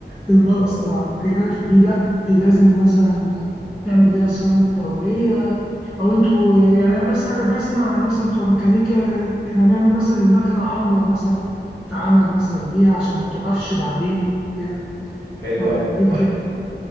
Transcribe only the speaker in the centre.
للمصنع
أو كده فدي لأ دي لازم مثلا نعمل ليها صيانة دورية او انتوا يعني انا بس بسمع مثلا بتوع ميكانيكا احنا نعمل مثلا المكنه عمره مثلا تتعمل مثلا ليه عشان ما توقفش بعدين كده
فدي
بتبقى